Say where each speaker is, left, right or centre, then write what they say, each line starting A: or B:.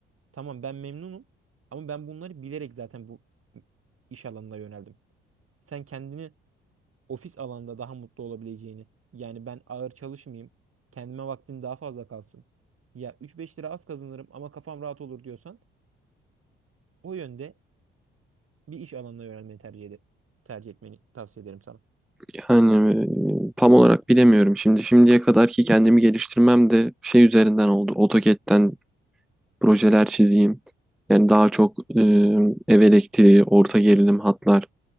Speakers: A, on the right; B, in the centre.
A: Tamam ben memnunum ama ben bunları bilerek zaten bu iş alanına yöneldim. Sen kendini ofis alanda daha mutlu olabileceğini, yani ben ağır çalışmayayım, kendime vaktim daha fazla kalsın. Ya üç beş lira az kazanırım ama kafam rahat olur diyorsan o yönde bir iş alanına yönelmeni tercih ede- tercih etmeni tavsiye ederim sana.
B: Yani e, tam olarak bilemiyorum. Şimdi şimdiye kadar ki kendimi geliştirmem de şey üzerinden oldu. AutoCAD'den projeler çizeyim. Yani daha çok e, ev elektriği, orta gerilim hatlar.